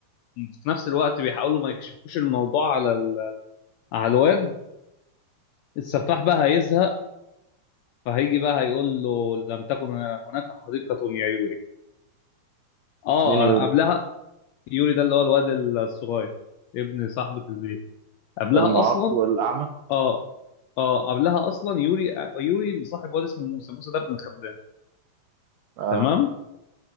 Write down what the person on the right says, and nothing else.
مين يقول
المعاق
والأعمى
آه